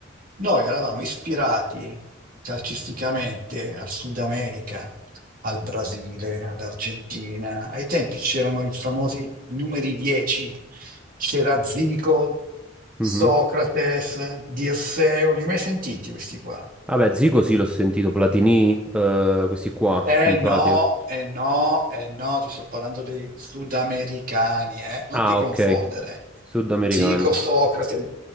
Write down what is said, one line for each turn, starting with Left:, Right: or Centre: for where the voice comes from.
Right: Noi eravamo ispirati calcisticamente al Sud America, al Brasile, all'Argentina. Ai tempi c'erano i famosi numeri 10, c'era Zico, Socrates,
Centre: Mhm.
Right: Dirseu, li hai mai sentiti questi qua?
Centre: Vabbè, Zico sì, l'ho sentito, Platini, eh, questi qua,
Right: Eh
Centre: in pratica.
Right: no, eh no, eh no, ti sto parlando dei sudamericani, eh? Non
Centre: Ah,
Right: ti confondere.
Centre: ok, sudamericani.
Right: Zico, Socrate,